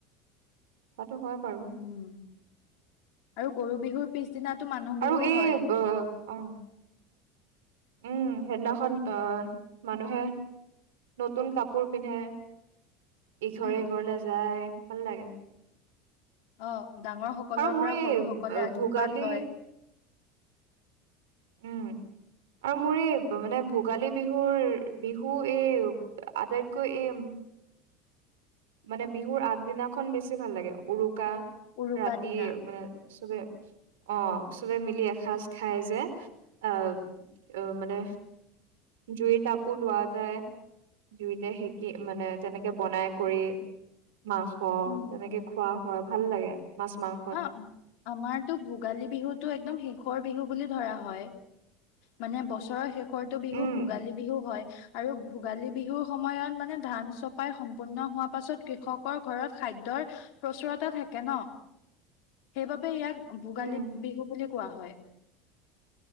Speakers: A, on the right (about 85°); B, on the left (about 65°).
A: কথাতো হয় বাৰু।
B: উম। আৰু গৰু বিহুৰ পিছদিনাটো মানুহ
A: আৰু
B: বিহু
A: এই
B: হয়?
A: ব অ। উম। সেইদিনাখন অ মানুহে নতুন কাপোৰ পিন্ধে।
B: উম
A: ইঘৰে সিঘৰলে যায়, ভাল লাগে।
B: অ, ডাঙৰ সকলৰ
A: আৰু মোৰ
B: পৰা
A: এই
B: সৰু সকলে
A: অ,
B: আশীৰ্বাদ
A: ভোগালী
B: লয়।
A: উম, আৰু মোৰ এই ব মানে ভোগালী বিহুৰ বিহু এই আটাইতকৈ এম মানে বিহুৰ আগদিনাখন বেছি ভাল লাগে। উৰুকা
B: উৰুকা
A: ৰাতি
B: দিনা
A: মানে চবে অ, চবে মিলি এসাজ খায় যে। আহ অ, মানে জুই টাপো লোৱা যায়। জুইতে শিকি, মানে তেনেকে বনাই কৰি। <unintelligible> হ
B: উম
A: তেনেকে খোৱা হয়, ভাল লাগে। মাছ-মাং
B: অ, আমাৰ টো ভোগালী বিহুটো একদম শেষৰ বিহু বুলি ধৰা হয়। মানে বছৰৰ শেষ ৰটো বিহু
A: উম
B: ভোগালী বিহু হয়। আৰু ভোগালী বিহু সময়ত মানে ধান চপাই সম্পূৰ্ণ হোৱা পাছত কৃষকৰ ঘৰত খাদ্যৰ প্ৰচুৰতা থাকে ন, সেইবাবে ইয়াক ভোগালী
A: উম
B: বিহু বুলি কোৱা হয়।